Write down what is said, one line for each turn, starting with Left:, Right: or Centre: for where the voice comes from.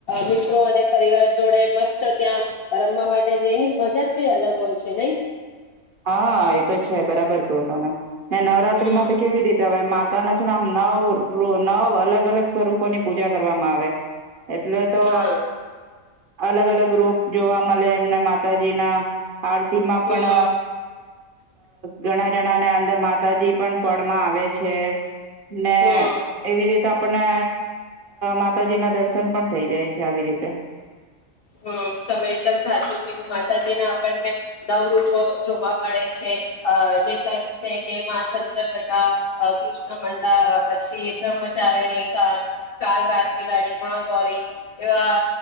Left: મિત્રો અને પરિવાર જોડે મસ્ત ત્યાં રમવા માટે જેની મજા છે અલગ હોય છે ને!
Right: હા, એ તો છે બરાબર કો તમે? ને નવરાત્રી
Left: હમ
Right: માં તો કેવી રીતે હવે? માતા ના છે ને, આમ નવ નવ અલગ અલગ સ્વરૂપોની પૂજા કરવામાં આવે! એટલે તો.
Left: હા
Right: અલગ અલગ રૂપ જોવા મળે, એમને મા. માતાજી ના આરતી માં
Left: હમ
Right: પણ. ઘણા જણા ને અંદર માતાજી પણ. આવે છે, ને
Left: હમ
Right: એવી રીતે! આપણને માતાજીના દર્શન પણ થઈ જાય છે આવી રીતે.
Left: હમ, તમે એકદમ સાચું કીધું માતાજીના આપણને નવરૂપો જોવા મળે છે અ જે છે કે માંચંદ્ર ઘટા અ કૃષ્ણમંડા અ પછી બ્રહ્મચારિણીકા, કાલરાત્રિવાડી મહગૌરી એવા